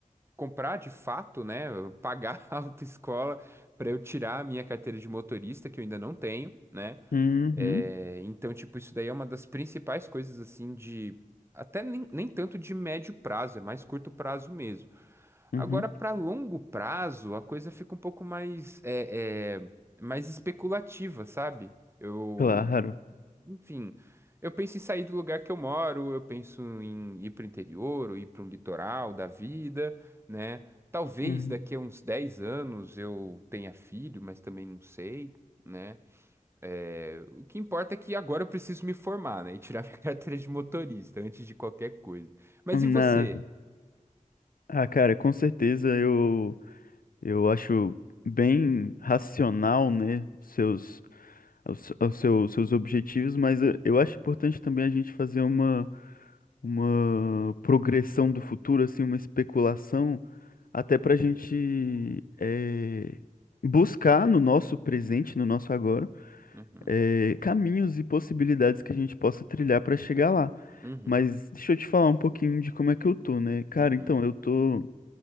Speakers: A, on the right (about 20°); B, on the left (about 85°).
A: comprar de fato, né? Pagar <laughs> a autoescola para eu tirar a minha carteira de motorista, que eu ainda não tenho, né?
B: uhum,
A: É, então, tipo, isso daí é uma das principais coisas assim de. Até nem, nem tanto de médio prazo, é mais curto prazo mesmo.
B: uhum.
A: Agora, para longo prazo, a coisa fica um pouco mais, é, é, mais especulativa, sabe? Eu,
B: Claro.
A: enfim, eu penso em sair do lugar que eu moro, eu penso em ir para o interior, ou ir para um litoral da vida, né? Talvez
B: Uhum.
A: daqui a uns 10 anos eu tenha filho, mas também não sei, né? É, o que importa é que agora eu preciso me formar, né? E tirar <laughs> minha carteira de motorista antes de qualquer coisa. Mas
B: Na...
A: e você?
B: Ah, cara, com certeza eu, eu acho bem racional, né, seus, os, os seus, seus objetivos, mas eu, eu acho importante também a gente fazer uma uma progressão do futuro, assim, uma especulação, até para a gente eh, buscar no nosso presente, no nosso agora,
A: Uhum,
B: eh, caminhos e possibilidades que a gente possa trilhar para chegar lá.
A: uhum,
B: Mas deixa eu te falar um pouquinho de como é que eu tô, né? Cara,
A: uhum.
B: então, eu tô,